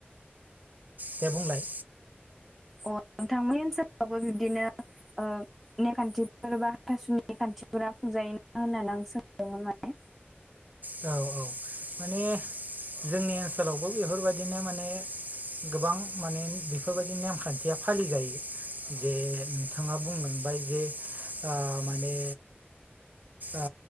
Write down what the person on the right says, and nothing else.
दे बुंलाय
औ-औ माने जोंनि ओनसोलावबो बेफोरबायदिनो माने गोबां माने बेफोरबायदि नेमखान्थिया फालिजायो। जे नोंथाङा बुंलांबाय जे ओ माने ओ